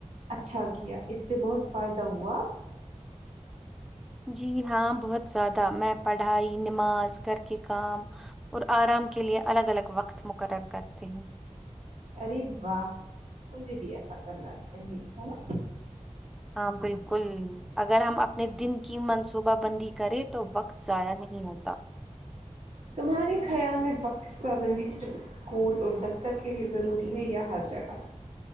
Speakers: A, on the right (about 70°); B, in the centre.
A: اچھا کیا اس سے بہت فائدہ ہوا
B: جی ہاں بہت زیادہ میں پڑھائی نماز گھر کے کام اور آرام کے لیے الگ الگ وقت مقرر کرتے ہیں
A: ارے واہ مجھے بھی ایسا کرنا چاہیے ہے نا
B: ہاں بالکل اگر ہم اپنے دن کی منصوبہ بندی کریں تو وقت ضایع نہیں ہوتا
A: تمہارے خیال میں وقت پابندی صرف اسکول اور دفتر کے لیے ضروری ہے یا ہر جگہ